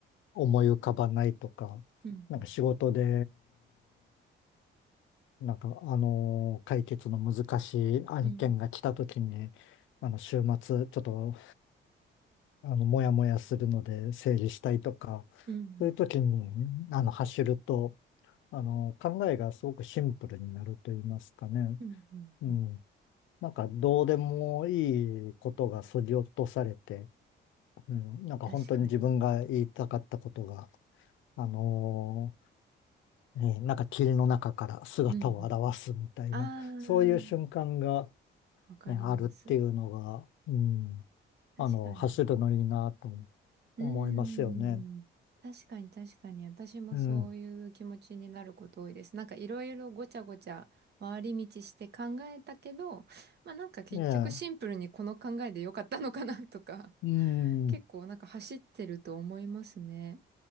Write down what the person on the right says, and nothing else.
うん、
うん、
うん、うん、
うん、うん、
うん
確かに。
うん、うん。あー、
わかります。
確かに。
うーん。
確かに確かに。私もそういう気持ちになること多いです。
なんかいろいろごちゃごちゃ回り道して考えたけど、まあなんか結局シンプルにこの考えでよかったのかなとか、
結構なんか走ってると思いますね。